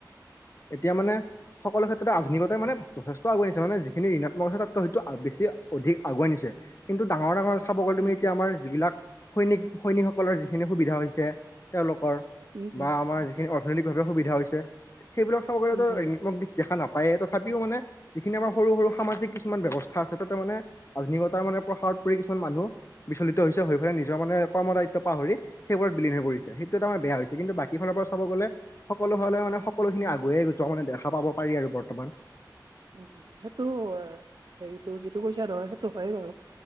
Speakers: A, on the right; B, on the left.
A: সেইটোৱে
B: এতিয়া মানে সকলো ক্ষেত্ৰ তাতে আধুনিকতাই মানে যথেষ্ট আগুৱাই নিছে মানে যিখিনি ঋণাত্মক আছে তাতকৈ হয়তো বেছি অধিক আগুৱাই নিছে কিন্তু টোৰ ডাঙৰ ডাঙৰ চাব গ'লে তুমি
A: উম
B: এতিয়া আমাৰ যিবিলাক সৈনিক সৈনিকসকলৰ যিখিনি সুবিধা হৈছে তেওঁলোকৰ
A: উম উম
B: বা আমাৰ যিখিনি অৰ্থনৈতিকভাৱে সুবিধা হৈছে সেইবিলাক চাব
A: উম
B: গলেতো
A: উম উম উম
B: ঋণাত্মক দিশ দেখা না পায়ে তথাপিও মানে যিখিনি আমাৰ সৰু সৰু সামাজিক কিছুমান ব্যৱস্থা আছে তাতে মানে আধুনিকতা মানে প্ৰসাৰত পৰি কিছুমান মানুহ বিচলিত হৈছে হৈ ফেলাই নিজৰ মানে কৰ্ম দায়িত্ব পাহৰি সেইবোৰ বিলিন হৈ পৰিছে সেইটো এটা‌ আমৰ বেয়া হৈছে কিন্তু বাকী ফালৰ পৰা চাব গ'লে সকলো ফালে মানে সকলোখিনি আগুৱায়ে যোৱা মানে দেখা পাব পাৰি আৰু বৰ্তমান
A: উ সেইটো হেৰিতটো যিটো কৈছা ধৰ সেইটো হয়ে বাৰু